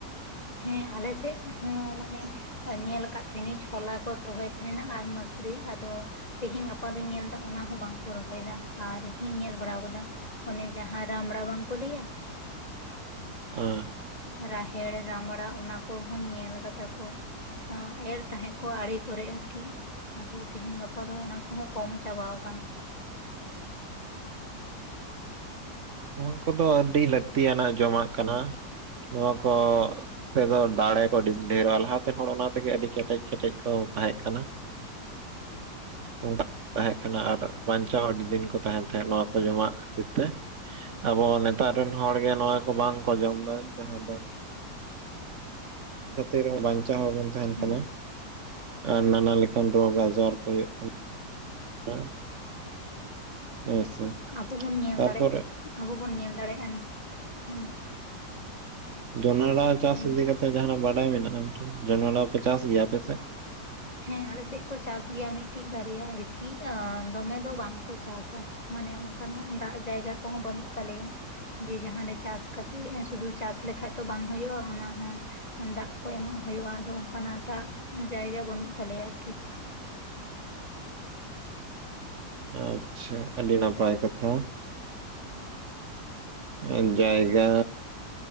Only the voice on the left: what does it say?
ᱦᱮᱸ ᱟᱞᱮ ᱥᱮᱫ ᱦᱚᱸ, ᱢᱟᱱᱮ ᱼᱼ ᱧᱮᱞ ᱠᱟᱜ ᱛᱟᱦᱮᱱᱤᱧ ᱪᱷᱚᱞᱟ ᱠᱚ, ᱨᱚᱦᱚᱭ ᱛᱟᱦᱮᱱᱟ ᱟᱨ ᱢᱟᱥᱨᱤ। ᱟᱫᱚ ᱼᱼ ᱛᱮᱦᱮᱧ ᱜᱟᱯᱟ ᱫᱚᱧ ᱧᱮᱞᱫᱟ ᱚᱱᱟ ᱦᱚᱸ ᱵᱟᱝᱠᱚ ᱨᱚᱦᱚᱭᱮᱫᱟ। ᱟᱨ ᱦᱚᱧ ᱧᱮᱞ ᱵᱟᱲᱟᱣ ᱠᱟᱫᱟ ᱼᱼ ᱚᱱᱮ ᱡᱟᱦᱟᱸ ᱨᱟᱢᱲᱟ ᱵᱟᱝᱠᱚ ᱞᱟᱹᱭᱟ?
ᱨᱟᱦᱮᱲ ᱨᱟᱢᱲᱟ, ᱚᱱᱟ ᱠᱚᱦᱚᱧ ᱧᱮᱞ ᱠᱟᱫᱟ ᱠᱚ। ᱟᱸ ᱮᱨ ᱛᱟᱦᱮᱸᱜ ᱠᱚ ᱟᱲᱮ ᱠᱚᱨᱮ ᱟᱨᱠᱤ। ᱟᱫᱚ ᱛᱮᱦᱮᱧ ᱜᱟᱯᱟ ᱫᱚ, ᱚᱱᱟ ᱠᱚᱦᱚᱸ ᱠᱚᱢ ᱪᱟᱵᱟᱣ ᱠᱟᱱᱟ।
ᱦᱮᱸ
ᱟᱵᱚ ᱵᱚᱱ ᱧᱮᱞ
ᱫᱟᱲᱮᱜ, ᱟᱵᱚ ᱵᱚᱱ ᱧᱮᱞ ᱫᱟᱲᱮᱜ ᱟᱱ ᱦᱩᱸ᱾
ᱞᱟᱹᱭ
ᱢᱮ
ᱦᱮᱸ, ᱟᱞᱮ ᱥᱮᱫ ᱠᱚ ᱪᱟᱥ ᱜᱮᱭᱟ ᱢᱤᱫᱴᱤᱡ ᱵᱟᱨᱭᱟ ᱟᱨᱠᱤ। ᱟᱸ ᱫᱚᱢᱮ ᱫᱚ ᱵᱟᱝᱠᱚ ᱪᱟᱥᱟ। ᱢᱟᱱᱮ ᱚᱝᱠᱟᱱᱟᱜ ᱫᱟᱜ ᱡᱟᱭᱜᱟ ᱠᱚᱦᱚᱸ ᱵᱟᱹᱱᱩᱜ ᱛᱟᱞᱮᱭᱟ। ᱡᱮ ᱡᱟᱦᱟᱸ ᱨᱮ ᱪᱟᱥ ᱠᱟᱛᱮᱜ ᱥᱩᱫᱩ ᱪᱟᱥ ᱞᱮᱠᱷᱟᱡ ᱛᱚ ᱵᱟᱝ ᱦᱳᱭᱳᱜᱼᱟ ᱚᱱᱟᱦᱚ ᱫᱟᱜ ᱠᱚ ᱮᱢᱟᱜ ᱦᱩᱭᱩᱜᱼᱟ ᱟᱫᱚ ᱚᱱᱠᱟᱱᱟᱜ ᱫᱟᱜ ᱡᱟᱭᱜᱟ ᱵᱟᱹᱱᱩᱜ ᱛᱟᱞᱮᱭᱟ ᱟᱨᱠᱤ।